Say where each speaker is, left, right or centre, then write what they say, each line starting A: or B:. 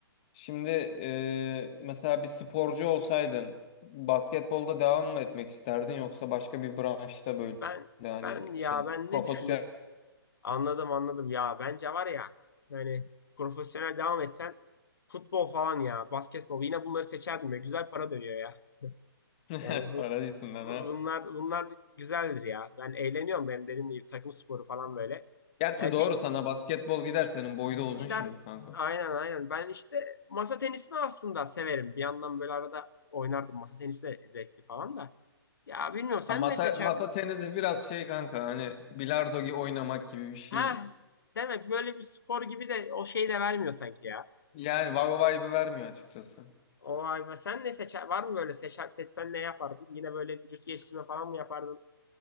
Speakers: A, on the left; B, on the left.
A: Şimdi e, mesela bir sporcu olsaydın basketbolda devam mı etmek isterdin yoksa başka bir branşta böyle
B: ben
A: yani
B: ben ya
A: şey
B: ben
A: profesyonel
B: ne düşünürüm? Anladım anladım ya bence var ya yani profesyonel devam etsen futbol falan ya basketbol yine bunları seçerdim ya güzel para dönüyor ya.
A: <laughs>
B: Yani bu
A: para yüzünden
B: Bunlar
A: ha.
B: bunlar güzeldir ya. Ben eğleniyorum benim dediğim gibi takım sporu falan böyle.
A: Gerçi
B: Yani
A: doğru
B: bir
A: sana basketbol gider senin boyu da uzun
B: gider
A: şimdi kanka.
B: aynen aynen. Ben işte masa tenisini aslında severim. Bir yandan böyle arada oynardım. Masa tenisi de zevkli falan da. Ya bilmiyorum sen
A: Ya masa
B: ne seçerdin?
A: masa tenisi biraz şey kanka hani bilardo gibi oynamak gibi bir şey.
B: Ha demek böyle bir spor gibi de o şeyi de vermiyor sanki ya.
A: Yani vay vay vibe'ı vermiyor açıkçası.
B: O ay be, sen ne seçer? Var mı böyle seçer, seçsen ne yapardın? Yine böyle vücut geliştirme falan mı yapardın?